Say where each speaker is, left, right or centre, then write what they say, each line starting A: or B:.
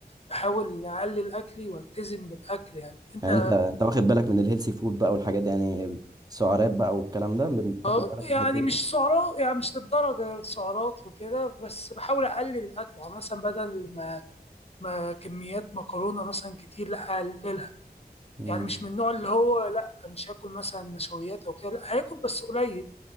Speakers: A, on the left; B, on the right.
A: بحاول اقلل اكلي والتزم بالاكل يعني انت
B: يعني انت انت واخد بالك من الهيلثي فود بقى والحاجات دي يعني سعرات بقى والكلام ده بتاخد
A: اه
B: بالك من
A: يعني
B: الحتة دي
A: مش سعرات يعني مش للدرجه السعرات وكده بس بحاول اقلل الاكل يعني مثلا بدل ما ما كميات مكرونه مثلا كتير لا اقللها
B: امم
A: يعني مش من النوع اللي هو لا مش هاكل مثلا نشويات او كده لا هاكل بس قليل